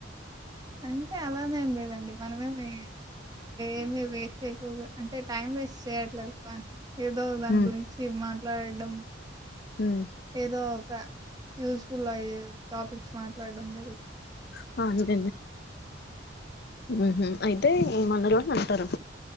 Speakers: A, on the right (about 20°); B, on the left (about 55°).
A: అంటే అలానేం లేదండి మనమేమి ఏమి వేస ఎక్కువగా అంటే టైం వేస్ట్ చేయట్లేదు ఏదో దాని
B: ఉమ్
A: గురించి మాట్లాడడం
B: ఉమ్
A: ఏదో ఒక యూస్ఫుల్ అయ్యే టాపిక్స్ మాట్లాడడం జరుగుతుంది
B: ఫన్ క ఉ అయితే మంద వాోళు అంటారు